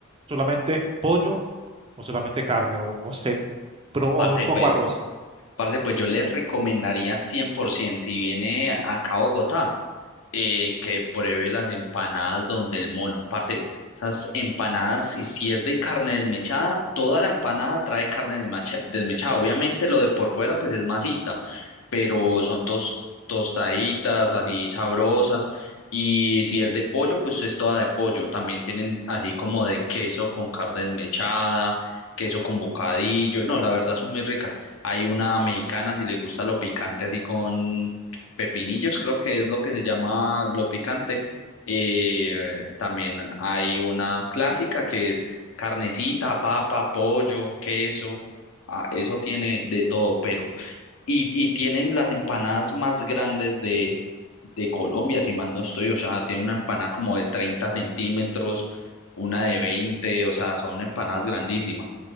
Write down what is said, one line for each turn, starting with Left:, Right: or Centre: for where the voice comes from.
Right: solamente pollo o solamente carne o no sé, pero o
Left: Parce,
Right: muy poco
Left: pues,
Right: arroz.
Left: parce, pues yo les recomendaría 100%, si viene acá a Bogotá, eh, que pruebe las empanadas donde el mono. Parce, esas empanadas, si, si es de carne desmechada, toda la empanada trae carne desmacha- desmechada. Obviamente lo de por fuera pues es masita, pero son tos- tostaditas, así sabrosas. Y si es de pollo, pues es toda de pollo. También tienen así como de queso con carne desmechada, queso con bocadillo. No, la verdad son muy ricas. Hay una mexicana, si le gusta lo picante así con pepinillos, creo que es lo que se llama lo picante. Eh, también hay una clásica que es carnecita, papa, pollo, queso. Ah, eso tiene de todo, pero... Y, y tienen las empanadas más grandes de, de Colombia, si mal no estoy. O sea, tiene una empanada como de 30 centímetros, una de veinte o sea, son empanadas grandísimas.